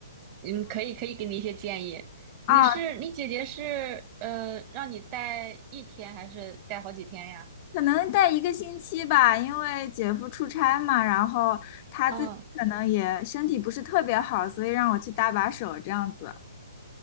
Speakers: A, on the right (about 30°); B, on the left (about 35°).
A: 嗯，可以，可以给你一些建议。
B: 啊，
A: 你是你姐姐是呃，让你带一天还是带好几天呀？
B: 可能带一个星期吧，因为姐夫出差嘛，然后他自己可能也身体不是特别好，
A: 嗯。
B: 所以让我去搭把手这样子。